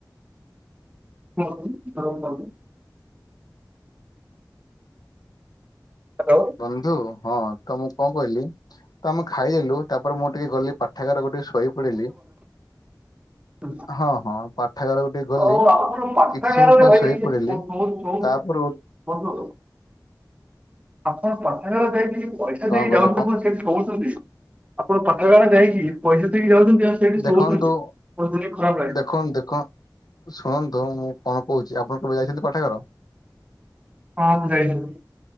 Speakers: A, on the right; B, on the left.
A: <inaudible> ହ୍ୟାଲୋ
B: ବନ୍ଧୁ। ହଁ ତ ମୁଁ କଣ କହିଲି ତ ଆମେ ଖାଇଦେଲୁ ତାପରେ ମୁଁ ଟିକେ ଗଲି ପାଠାଗାରକୁ ଟିକେ ଶୋଇ ଶୋଇ ପଡିଲି।
A: ହୁଁ।
B: ହଁ ହଁ ପାଠାଗାରକୁ ଟିକେ ଗଲି
A: ହଉ ଆପଣ ପାଠାଗାରରେ
B: କିଛି ସମୟ ପାଇଁ
A: ଭାଇ
B: ଶୋଇ
A: <unintelligible>
B: ପଡିଲି ତାପରେ
A: ବନ୍ଧୁ ଆପଣ ପାଠାଗାରକୁ ଯାଇକି ପଇସା
B: କଣ
A: ଦେଇକି
B: କହିଲେ
A: ଯାଉଛନ୍ତି
B: କଣ
A: କ ସେଠି ଶୋଉଛନ୍ତି ଆପଣ ପାଠାଗାରା ଯାଇକି ପଇସା ଦେଇକି ଯାଉଛନ୍ତି। ଆଉ ସେଇଠି
B: ଦେଖନ୍ତୁ
A: ଶୋଉଛନ୍ତି ବହୁତ ଶୁଣିକି ଖରାପ ଲାଗିଲା
B: ଦେଖନ୍ତୁ ଦେଖ ଶୁଣନ୍ତୁ ତ ମୁଁ କଣ କହୁଛି ଆପଣ କେବେ ଯାଇଛନ୍ତି ପାଠାଗାର?
A: ହଁ ମୁଁ ଯାଇଥିଲି।